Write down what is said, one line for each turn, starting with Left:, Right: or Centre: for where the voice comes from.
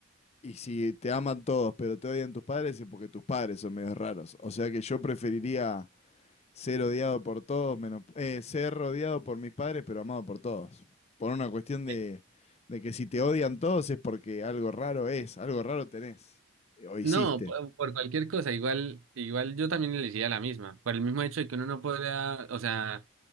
Left: Y si te aman todos, pero te odian tus padres, es porque tus padres son medio raros. O sea que yo preferiría ser odiado por todos, menos eh, ser rodeado por mis padres, pero amado por todos. Por una cuestión de,
Right: Eh,
Left: de que si te odian todos es porque algo raro es, algo raro tenés eh, o hiciste.
Right: No, por, por cualquier cosa, igual, igual yo también elegiría la misma, por el mismo hecho de que uno no pueda, o sea,